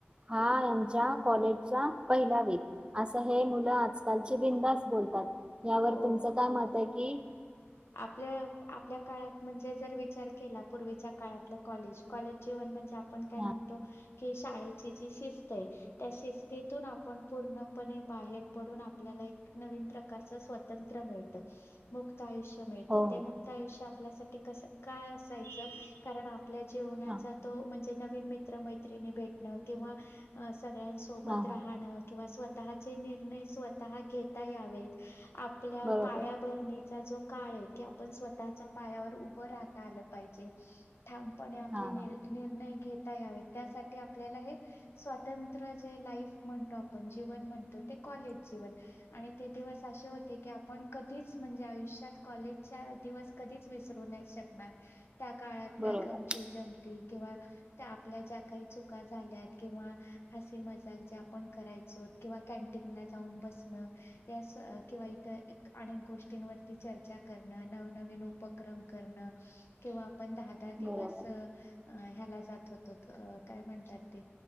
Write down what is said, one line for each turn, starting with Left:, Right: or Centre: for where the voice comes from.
Right: हा यांच्या कॉलेजचा पहिला विक असं हे मुलं आजकालची बिनधास्त बोलतात यावर
Left: हो
Right: तुमचं काय मत आहे कि
Left: आपल्या आपल्या काळात म्हणजे जर विचार केला तर पूर्वीच्या काळात कॉलेज कॉलेज जेवण म्हणजे आपण काय
Right: हा,
Left: म्हणतो कि शाळेची जी शिस्त त्या शिस्तीतून आपण पूर्णपणे बाहेर पडून आपल्याला एक नवीन प्रकारचे स्वातंत्र मिळत मुक्त आयुष्य मिळत
Right: हो हो.
Left: ते मोठा आयुष्य आपल्यासाठी का असायचं कारण, आपल्या जेवनाचा
Right: हा
Left: तो म्हणजे नवीन मित्र मैत्रिणी भेटणं किंवा सगळ्यांसोबत
Right: हा हा
Left: राहण कि स्वतः निर्णय, घेता यावेत आपल्या
Right: बरोबर
Left: पायाभरणीचा जो, काळ आहे की आपण स्वतःच्या पायावर उभं राहता आलं पाहिजे. ठामपणे आपले
Right: हा
Left: नि
Right: हा
Left: निर्णय घेता यावेत. त्यासाठी आपल्याला हे स्वतंत्र, जे लाईफ म्हणतो आपण जीवन म्हणतो ते कॉलेज, ते दिवस असे होते की आपण कधीच म्हणजे आयुष्यात, कॉलेजच्या दिवस कधीच विसरू नाही. शकणार त्या काळातल्या
Right: बरोबर
Left: गमची जमती किंवा त्या आपल्या ज्या काही चुका झाल्यात किंवा हसी मजाक ज्या आपण करायचो. किंवा कॅन्टीनला जाऊन बसण, किंवा अनेक गोष्टींवय चर्चा करणं नवनवीन उपक्रम करणं, किंवा आपण दहा दहा
Right: बरोबर
Left: दिवस ह्याला जात होतो, काय म्हणतात ते